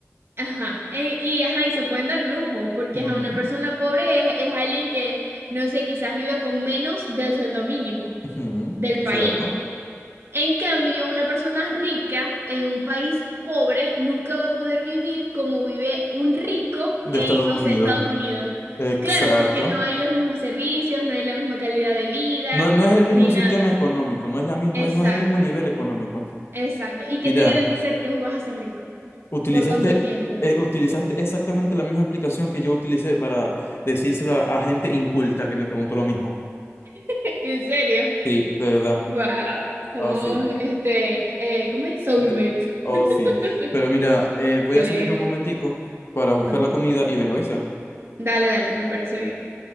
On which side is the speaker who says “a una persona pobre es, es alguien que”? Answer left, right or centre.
Right